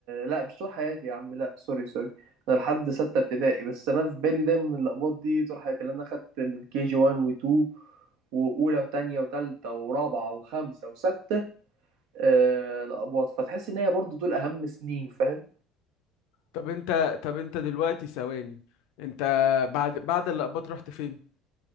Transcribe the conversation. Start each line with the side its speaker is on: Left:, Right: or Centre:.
Right: لا مش طول حياتي يا عم لا سوري سوري انا لحد ستة ابتدائي بس انا في بالي دايما ان القباط دي طول حياتي لان انا خدت من كي جي 1 و2 واولى وتانية وتالتة ورابعة وخمسة وستة آه القباط فتحس ان هي برضو دول اهم سنين فاهم
Left: طب أنت طب أنت دلوقتي ثواني أنت بعد بعد الأقباط رحت فين؟